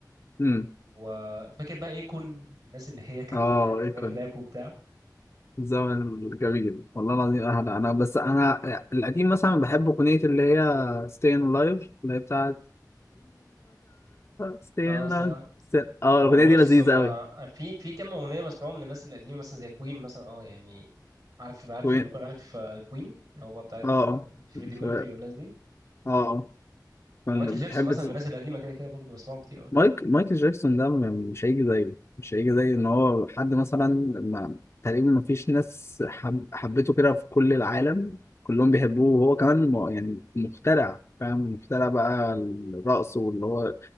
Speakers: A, on the left; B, on the right.
A: امم
B: وفاكر بقى ايكون والناس اللي هي كانت
A: اه
B: بتغني
A: ايه
B: زمان
A: كنت
B: الراب وبتاع
A: الزمن الجميل والله العظيم اهلا انا بس انا القديم مثلا بحب اغنيه اللي هي staying alive اللي هي بتاعت staying
B: اه
A: alive اه
B: ما
A: الاغنيه
B: هو
A: دي
B: بص
A: لذيذه
B: ما
A: قوي
B: في في كام اغنيه بسمعهم من الناس القديمه مثلا زي كوين مثلا اه يعني عارف عارف
A: اه
B: اللي عارف كوين اللي هو بقى بتاعت
A: اه
B: آه، فريدي
A: ف-
B: ميركوري والناس دي
A: اه كان
B: ومايكل جاكسون
A: بتحب
B: مثلا
A: تس-
B: من الناس القديمه كده كده برضه بسمعهم كتير قوي
A: مايك مايكل جاكسون ده م- مش هيجي زيه مش هيجي زي ان هو حد مثلا ما تقريبا ما فيش ناس حب حبته كده في كل العالم كلهم بيحبوه وهو كمان م- يعني مخترع فاهم مخترع بقى الرقص واللي هو